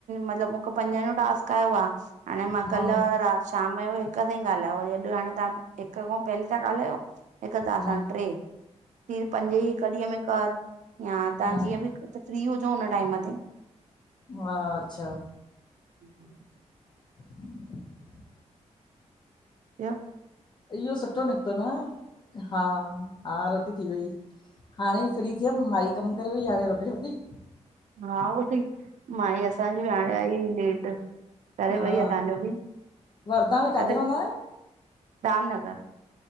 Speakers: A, on the right; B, on the left.
A: मतिलबु मूंखे पंजनि जो टास्क आयो आ हाणे मां
B: हा
A: कल्ह रात शाम जो हिक सां ई ॻाल्हायो, वरी अॼु हाणे तव्हां हिक खां पहिले था ॻाल्हायो। हिकु तां
B: हा
A: सां ट्रे, हिय पंज ई हिकु ॾींहं में कर, या तव्हां
B: हा
A: जीअं बि फ्री हुजो हुन टाइम ते।
B: हा अच्छा।
A: हम <inaudible>
B: <unintelligible>
A: फ <inaudible>
B: इहो सुठो निकतो न, हा। हा, रोटी थी वेई, हाणेई फ्री थियमि माई कमु करे वई, हाणे रोटी- रोटी।
A: हा उहोई सई माई असांजी भी हाणे आई लेट करे
B: हा
A: वई असांजो बि,
B: वरधा में काथे
A: अरे
B: रहंदा आहियो?
A: रामनगर।